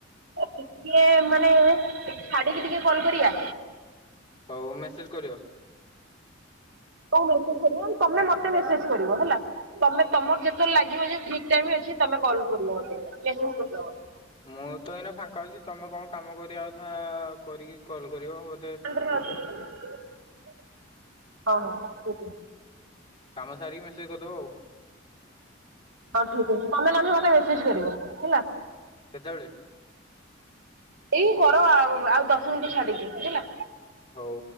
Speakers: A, on the right; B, on the left.
A: ଟିକିଏ ମାନେ ଛାଡ଼ିକି ଟିକେ କଲ କରିବା।
B: ହଉ ମେସେଜ କରିବ।
A: ତମେ ମେସେଜ କରିବ ତମେ ମତେ ମେସେଜ କରିବ ହେଲା। ତମେ ତମର ଯେତେବେଳେ ଲାଗିବ ଯେ ଠିକ ଟାଇ ଅଛି। ତ ତମେ କଲ କରିବ ମତେ ମେସେଜ କରିବ ମ
B: ମୁଁ ତ ଏଇନା ଫାଙ୍କା ଅଛି। ତମେ କଣ କାମ କରିବା କଥା କରିକି କଲ୍ କରିବ। ହ
A: <unintelligible> ହଁ ହଁ ଶୁବୁଚି।
B: କାମ ସାରିକି ମେସେଜ କରିଦବ ଆଉ।
A: ହଁ ଠିକ ଅଛି ତମେ ନହଲେ ମୋତେ ମେସେଜ କରିବ ହେଲା।
B: କେତେବେଳେ।
A: ଏଇ କର ଆଉ ଆଉ ଦଶ ମିନିଟ ଛାଡିଛିି ବୁଝିଲ?
B: ହଉ।